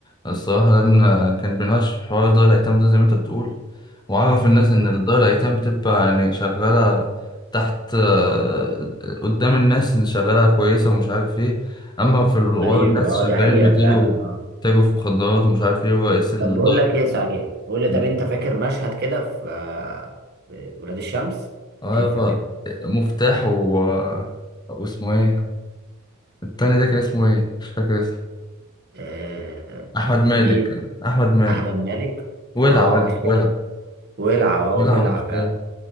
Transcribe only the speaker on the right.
غريب
اه
دي حقيقة
فعلا اه
طب بقول لك ايه صحيح قول لي
طب انت فاكر مشهد كده في آه، في ولاد الشمس
في
في, في
آه
مين
احمد مالك
اه
مش فاكر
ولع اه
<laughs> ولع
فعلا